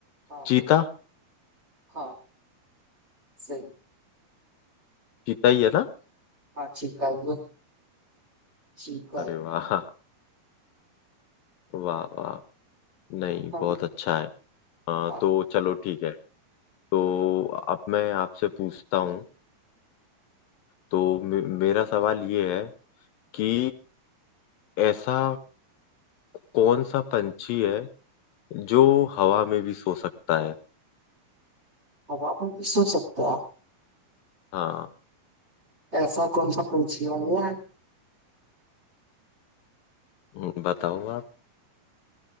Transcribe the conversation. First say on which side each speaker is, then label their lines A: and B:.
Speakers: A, on the right; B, on the left.
A: हाँ
B: चीता
A: हाँ सही
B: चीता ही है ना
A: हाँ चीता ही है चीता
B: अरे
A: ही।
B: वाह वाह वाह नहीं
A: हम
B: बहुत अच्छा है हाँ
A: हाँ,
B: तो चलो ठीक है तो अब मैं आपसे पूछता हूँ तो मे- मेरा सवाल ये है कि ऐसा कौन सा पंछी है जो हवा में भी सो सकता है
A: हवा में भी सो सकता
B: हाँ
A: है ऐसा कौन सा पंछी है मैं
B: हम्म, बताओ आप